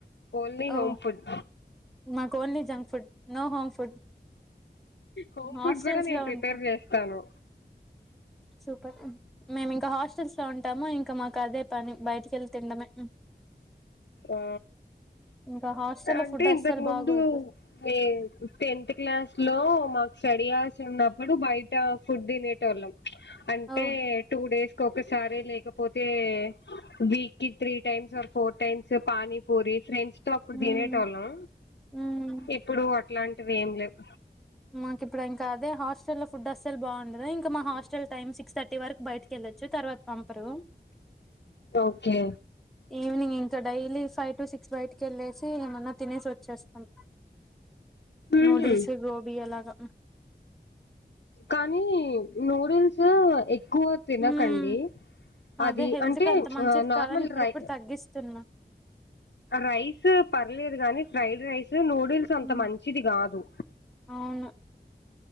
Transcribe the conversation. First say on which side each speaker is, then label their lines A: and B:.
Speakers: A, on the left; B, in the centre.
A: ఓన్లీ
B: ఓ
A: హోమ్ ఫుడ్
B: నాకు only junk food. No home food.
A: Home
B: హాస్టల్స్
A: food గూడా నేను
B: లో
A: ప్రిపేర్
B: ఉంటా
A: చేస్తాను.
B: సూపర్ మేము ఇంకా హాస్టల్స్ లో ఉంటాము ఇంకా మాకు అదే పని బయటికి ఎళ్ళి తినడమే.
A: ఆ
B: ఇంకా హాస్టల్లో
A: అంటే
B: ఫుడ్ అస్సలు
A: ఇంతకు ముందూ
B: బాగోదు
A: ఏ టెన్త్ క్లాస్ లో మాకు స్టడీ అవర్స్ లో ఉన్నప్పుడు బయటా ఫుడ్ తినేటోళ్ళం. అంటే
B: ఓ
A: టూ డేస్ కొకసారే లేకపోతే. వీక్కీ three times or four times panipuri friends తో అప్పుడు
B: ఉమ్
A: తినేటోళ్ళం.
B: ఉమ్
A: ఇప్పుడూ అట్లాంటివి ఏమ్ లేవు
B: మాకు ఇప్పుడు ఇంకా అదే హాస్టల్ లో ఫుడ్ అస్సల్ బాగుండదు ఇంకా మా hostel time six thirty వరకు బయటికి వెళ్ళొచ్చు తర్వాత పంపరూ
A: ఓకే
B: ఈవినింగ్ ఇంకా డైలీ ఫై టు సిక్స్ బయటికి ఎళ్ళేసి ఏమన్నా తినేసి వచ్చేస్తాం.
A: ఉహు
B: నూడుల్స్ అ గోబీ అలాగా
A: కానీ నూడిల్సూ ఎక్ క్కువ తినకండీ
B: ఉమ్
A: అదీ
B: అదే హెల్త్
A: అంటే
B: కి అంత మంచిది
A: నార్మల్
B: కాదని ఇప్పుడిప్పుడు
A: రై
B: తగ్గిస్తున్నా
A: రైసు పర్లేదు గాని ఫ్రైడ్ రైస్ సు నూడిల్స్ అంత
B: ఉమ్,
A: మంచిది గాదు.
B: అవును